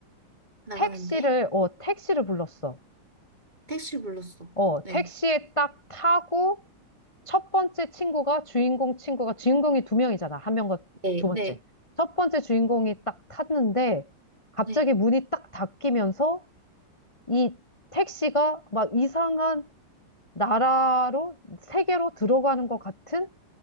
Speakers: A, on the right (about 20°); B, on the left (about 15°).
A: 나가는데.
B: 택시를, 어, 택시를 불렀어.
A: 택시 불렀어.
B: 어,
A: 네.
B: 택시에 딱 타고 첫 번째 친구가 주인공 친구가 주인공이 두 명이잖아. 한 명과
A: 네,
B: 두 번째.
A: 네,
B: 첫 번째 주인공이 딱 탔는데 갑자기
A: 네.
B: 문이 딱 닫히면서 이 택시가 막 이상한 나라로, 세계로 들어가는 것 같은